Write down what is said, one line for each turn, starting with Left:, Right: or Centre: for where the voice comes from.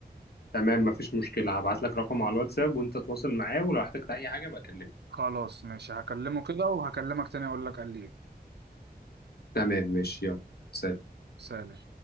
Left: تمام مفيش مشكلة هبعت لك رقمه على الواتساب وانت تواصل معاه ولو احتجت اي حاجة بكلمني
Right: خلاص ماشي هكلمه كده وهكلمك تاني اقول لك قال لي ايه
Left: تمام ماشي يلا سلام
Right: سلام